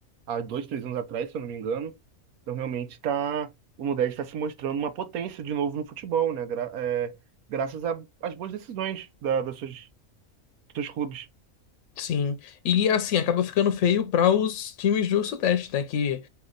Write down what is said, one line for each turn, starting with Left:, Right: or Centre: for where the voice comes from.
Right: há dois, três anos atrás, se eu não me engano. Então, realmente, tá, o Nordeste está se mostrando uma potência de novo no futebol, né? Gra- é, graças a- às boas decisões da, das suas, dos seus clubes.
Left: Sim, e assim, acaba ficando feio para os times do Sudeste, né? Que